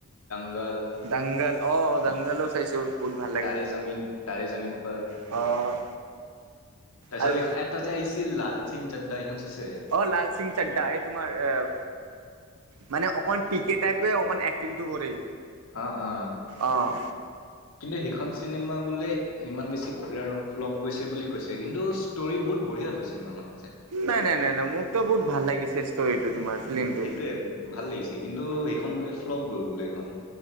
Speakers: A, on the left; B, on the right.
A: বাৰু
B: দাংগাল অ' দাংগালো চাইছো। বহুত ভাল লাগে
A: তাৰে জমিন, তাৰে জমিন পৰ।
B: অ'।
A: তাৰপিছত
B: আৰু
A: এইখন এটা যে আহিছিল লাল সিং চাদ্দা এইখন চাইছে।
B: অ' লাল সিং চাড্ডা এই তোমাৰ আহ মানে অকণমান পি কে টাইপে অকণমান একটিঙটো কৰে।
A: অ'-অ'
B: অ'
A: কিন্তু এইখন চিনেমা বোলে ইমান বেছি পপুলাৰ নহয় ফ্লপ গৈছে বুলি কৈছে কিন্তু ষ্টৰি বহুত বঢ়িয়াটো চিনেমাখনৰ।
B: নাই-নাই-নাই-নাই মোক তো বহুত ভাল লাগিছে ষ্টৰিটো তোমাৰ। ফিল্মটো
A: সেইটোৱে ভাল লাগিছে কিন্তু এইখন বোলে ফ্লপ গ'ল বোলে এইখন।